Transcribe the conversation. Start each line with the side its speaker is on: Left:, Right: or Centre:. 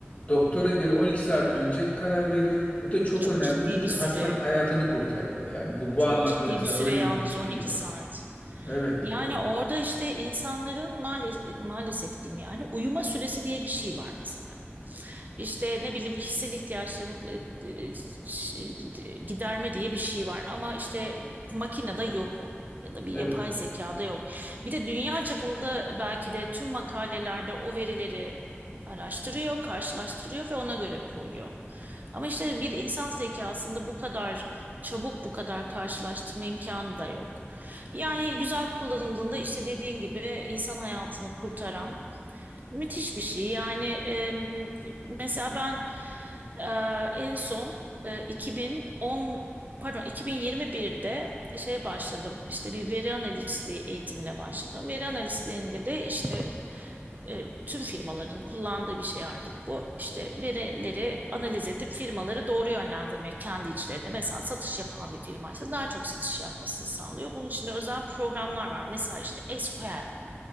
Left: doktora göre 12 saat önce karar veriyor. Bu da çok
Right: Çok
Left: önemli
Right: ciddi
Left: çünkü
Right: bir süre.
Left: hastanın hayatını kurtarıyor. Yani bu bu
Right: Çok
Left: anlamda
Right: ciddi
Left: mesela
Right: bir süre
Left: böyle
Right: yalnız
Left: bir
Right: 12
Left: şey var.
Right: saat.
Left: Evet,
Right: Yani
Left: evet,
Right: orada işte insanların maalesef, maalesef diyeyim yani uyuma süresi diye bir şey var mesela. İşte ne bileyim kişisel ihtiyaçlarını e, e, ş- e, giderme diye bir şey var. Ama işte makinede yok o. Ya da bir yapay
Left: evet.
Right: zekada yok. Bir de dünya çapında belki de tüm makalelerde o verileri araştırıyor, karşılaştırıyor ve ona göre koyuyor. Ama işte bir insan zekasında bu kadar çabuk, bu kadar karşılaştırma imkanı da yok. Yani güzel kullanıldığında işte dediğin gibi insan hayatını kurtaran Müthiş bir şey. Yani em, mesela ben e, en son e, 2010 pardon 2021'de şeye başladım. İşte bir veri analistliği eğitimine başladım. Veri analistliğinde de işte e, tüm firmaların kullandığı bir şey artık bu. İşte verileri analiz edip firmaları doğru yönlendirmek kendi içlerinde. Mesela satış yapan bir firmaysa daha çok satış yapmasını sağlıyor. Bunun için de özel programlar var. Mesela işte SQL.